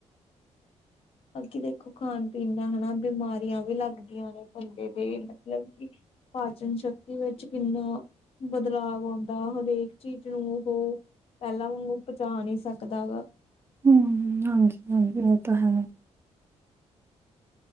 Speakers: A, on the left; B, on the right.
A: ਅੱਗੇ ਦੇਖੋ ਖਾਣ ਪੀਣ ਦਾ ਹਨਾ ਬਿਮਾਰੀਆਂ ਵੀ ਲੱਗਦੀਆਂ ਨੇ ਬੰਦੇ ਦੇ ਮਤਲਬ ਕਿ ਪਾਚਨ ਸ਼ਕਤੀ ਵਿੱਚ ਕਿੰਨਾ ਬਦਲਾਵ ਆਉਂਦਾ ਹਰੇਕ ਚੀਜ਼ ਨੂੰ ਉਹੋ ਪਹਿਲਾਂ ਵਾਂਗੂੰ ਬਚਾ ਨੀ ਸਕਦਾ ਵਾ
B: ਹੂ ਹਾਂਜੀ, ਹਾਂਜੀ ਇਹ ਤਾਂ ਹੈ।